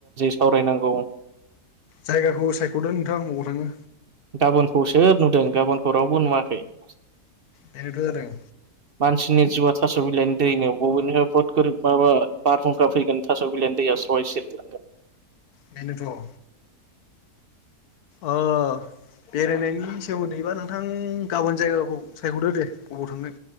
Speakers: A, on the right (about 55°); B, on the left (about 70°).
A: सावरायनांगौ
B: जायगाखौ सायख'दों नोंथाङा बबाव थाङो।
A: गाबोनखौसो नुदों गाबोनखौ रावबो नुवाखै ।
B: बेनोथ' जादों
A: मानसिनि जिउआ थास' बिलाइनि दैनो बबेनि माबा बारहुंखा फैगोन थास' बिलायनि दैया स्रय सेरलांगोन।
B: बेनोथ'। ओ बेरायनायनि सोमोन्दैबा नोंथां गाबोन जायगाखौ सायख'दो दे बबाव थांनो।